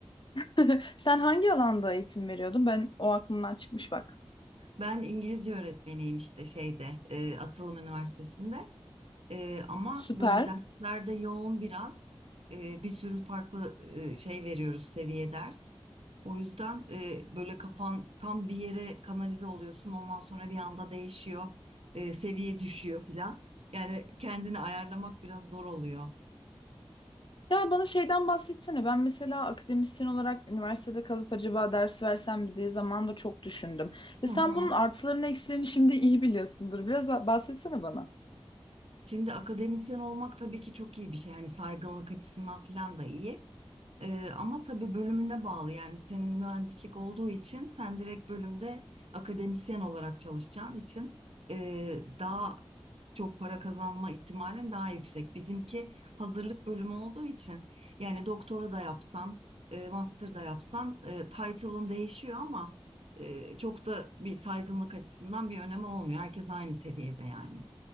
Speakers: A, on the left (about 55°); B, on the right (about 85°).
A: <laughs> Sen hangi alanda eğitim veriyordun? Ben o aklımdan çıkmış bak.
B: Ben İngilizce öğretmeniyim işte şeyde e, Atılım Üniversitesi'nde. Ee, ama
A: Süper.
B: böyle derslerde yoğun biraz. Ee, bir sürü farklı e, şey veriyoruz seviye ders. O yüzden e, böyle kafan tam bir yere kanalize oluyorsun. Ondan sonra bir anda değişiyor. e, seviye düşüyor filan. Yani kendini ayarlamak biraz zor oluyor.
A: Ya bana şeyden bahsetsene. Ben mesela akademisyen olarak üniversitede kalıp acaba ders versem mi diye zamanda çok düşündüm. Ya
B: Hı hı.
A: sen bunun artılarını eksilerini şimdi iyi biliyorsundur. Biraz bahsetsene bana.
B: Şimdi akademisyen olmak tabii ki çok iyi bir şey. Yani saygınlık açısından filan da iyi. Ee, ama tabii bölümüne bağlı yani senin mühendislik olduğu için sen direkt bölümde akademisyen olarak çalışacağın için e, daha çok para kazanma ihtimalin daha yüksek. Bizimki hazırlık bölümü olduğu için yani doktora da yapsan, e, master da yapsan e, title'ın değişiyor ama e, çok da bir saygınlık açısından bir önemi olmuyor. Herkes aynı seviyede yani.